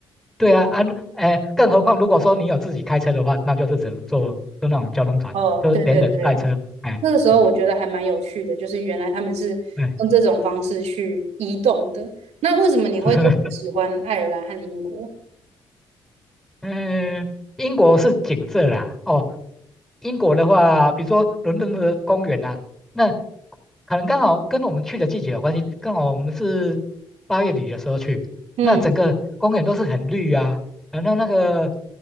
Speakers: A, in the centre; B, on the right.
A: 对啊啊，哎，更何况如果说你有自己开车的话，那就是只能坐就那种交通船，
B: 哦，
A: 就是连人带车，
B: 对对对，
A: 哎，
B: 那个时候我觉得还蛮有趣的，
A: 嗯，
B: 就是原来他们是用这种方式去移动的。
A: 对，
B: 那为什么你会特别喜欢爱尔兰和英国？
A: <laughs> 嗯，英国是景色啦，哦，英国的话，比如说伦敦的公园啊，那可能刚好跟我们去的季节有关系，刚好我们是八月底的时候去，
B: 嗯。
A: 那整个公园都是很绿啊，然后那个